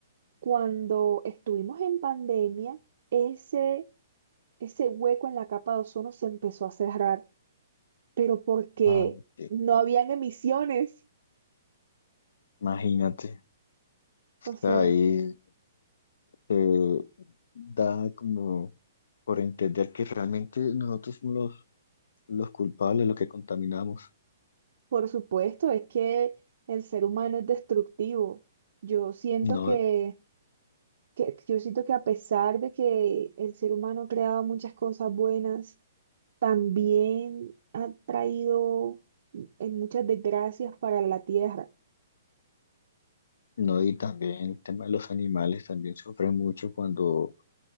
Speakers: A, on the right; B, on the left.
A: cuando estuvimos en pandemia, ese, ese hueco en la capa de ozono se empezó a cerrar, pero porque
B: Ah, sí,
A: no habían emisiones.
B: Imagínate,
A: O sea,
B: ahí eh, da como por entender que realmente nosotros somos los, los culpables, los que contaminamos.
A: por supuesto, es que el ser humano es destructivo. Yo siento
B: No,
A: que que yo siento que a pesar de que el ser humano ha creado muchas cosas buenas, también ha traído en muchas desgracias para la tierra,
B: no, y también el tema de los animales también sufren mucho cuando